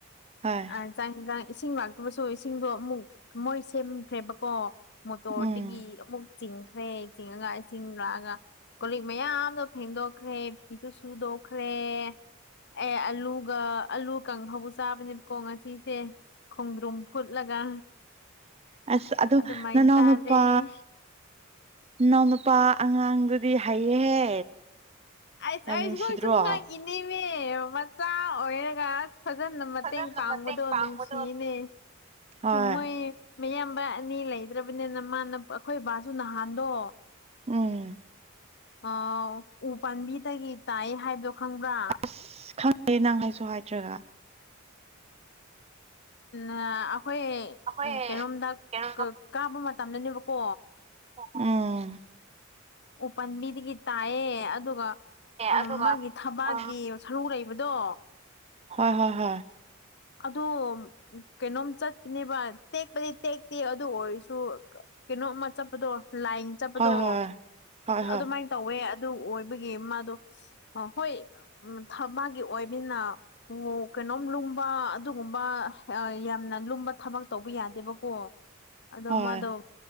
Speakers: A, on the right; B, on the left.
A: ꯍꯣꯏ
B: ꯑ ꯆꯥꯡꯟꯁꯥꯡ ꯏꯁꯤꯡ ꯂꯥꯛꯇꯕꯁꯨ ꯏꯁꯤꯡꯗꯣ ꯑꯃꯨꯛ ꯃꯣꯏ ꯁꯦꯝꯈ꯭ꯔꯦꯕꯀꯣ ꯃꯣꯇꯣꯔꯗꯒꯤ
A: ꯎꯝ
B: ꯑꯃꯨꯛ ꯆꯤꯡꯈ꯭ꯔꯦ ꯆꯤꯡꯉꯒ ꯏꯁꯤꯡ ꯂꯥꯛꯑꯒ ꯀꯣꯂꯤꯛ ꯃꯌꯥꯝꯗꯣ ꯐꯦꯡꯗꯣꯛꯈ꯭ꯔꯦ ꯐꯤꯗꯨ ꯁꯨꯗꯣꯛꯈ꯭ꯔꯦ꯫ ꯑꯦ ꯑꯂꯨꯒ ꯑꯥꯂꯨꯒꯍ ꯆꯥꯕꯅꯦꯕꯀꯣ ꯉꯁꯤꯁꯦ꯫ ꯈꯣꯡꯗ꯭ꯔꯨꯝ ꯐꯨꯠꯂꯒ
A: ꯑꯁ ꯑꯗꯨꯗ
B: ꯑꯗꯨꯃꯥꯏꯅ
A: ꯅꯅꯋꯥꯅꯄꯥ
B: ꯆꯥꯔꯦ
A: ꯏꯅꯥꯎ ꯅꯨꯨꯄꯥ ꯑꯉꯥꯡꯗꯨꯗꯤ ꯍꯩꯔꯦꯍꯦ꯫
B: ꯑꯩꯁ
A: ꯌꯥꯝ
B: ꯑꯩꯁꯤꯕꯨ
A: ꯅꯨꯡꯁꯤꯗ꯭ꯔꯣ
B: ꯁꯨꯝ ꯉꯛ ꯏꯅꯦꯃꯦ ꯃꯆꯥ ꯑꯣꯏꯔꯒ ꯐꯖꯅ ꯃꯇꯦꯡ
A: ꯐꯖꯅ
B: ꯄꯥꯡꯕꯗꯣ
A: ꯃꯇꯦꯡ ꯄꯥꯡꯕꯗꯣ
B: ꯅꯨꯡꯁꯤꯅꯦ
A: ꯍꯣꯏ
B: ꯃꯣꯏ ꯃꯌꯥꯝꯕ ꯑꯅꯤ ꯂꯩꯇ꯭ꯔꯕꯅꯤꯅ ꯃꯥꯅ ꯑꯩꯈꯣꯏ ꯕꯥꯁꯨ ꯅꯍꯥꯟꯗꯣ
A: ꯎꯝ
B: ꯑ ꯎ ꯄꯥꯝꯕꯤꯗꯒꯤ ꯇꯥꯏ ꯍꯥꯏꯕꯗꯣ ꯈꯪꯕ꯭ꯔꯥ
A: ꯑꯁ ꯈꯪꯉꯦ ꯅꯪ ꯍꯥꯏꯁꯨ ꯍꯥꯏꯗ꯭ꯔꯒ
B: ꯎ ꯑꯩꯈꯣꯏ
A: ꯑꯩꯈꯣꯏ
B: ꯀꯩꯅꯣꯝꯗ
A: ꯀꯩꯅꯣ
B: ꯀꯥꯕ ꯃꯇꯝꯗꯅꯦꯕꯀꯣ
A: ꯎꯝ
B: ꯎ ꯄꯝꯕꯤꯗꯒꯤ ꯇꯥꯏꯑꯦ ꯑꯗꯨꯒ
A: ꯑꯦ
B: ꯎ
A: ꯑꯗꯨꯒ
B: ꯃꯥꯒꯤ ꯊꯕꯥꯛꯀꯤ
A: ꯑ
B: ꯁꯔꯨ ꯂꯩꯕꯗꯣ
A: ꯍꯣꯏ ꯍꯣꯏ ꯍꯣꯏ
B: ꯑꯗꯨ ꯀꯩꯅꯣꯝ ꯆꯠꯄꯅꯦꯕ ꯇꯦꯛꯄꯗꯤ ꯇꯦꯛꯇꯤ ꯑꯗꯨ ꯑꯣꯏꯔꯁꯨ ꯀꯩꯅꯣꯝ ꯑꯃ ꯆꯠꯄꯗꯣ ꯂꯥꯏꯟ ꯆꯠꯄꯗꯣ
A: ꯍꯣꯏ ꯍꯣꯏ ꯍꯣꯏ ꯍꯣꯏ
B: ꯑꯗꯨꯃꯥꯏꯅ ꯇꯧꯋꯦ ꯑꯗꯨ ꯑꯣꯏꯕꯒꯤ ꯑꯃ ꯑꯗꯣ ꯍꯣꯏ ꯎꯝ ꯊꯕꯥꯛꯀꯤ ꯑꯣꯏꯕꯤꯅ ꯑꯣ ꯀꯩꯅꯣꯝ ꯂꯨꯝꯕ ꯑꯗꯨꯒꯨꯝꯕ ꯌꯥꯝꯅ ꯂꯨꯝꯕ ꯊꯕꯛ ꯇꯧꯕ ꯌꯥꯗꯦꯕꯀꯣ ꯑꯗꯣ
A: ꯍꯣꯏ
B: ꯃꯥꯗꯣ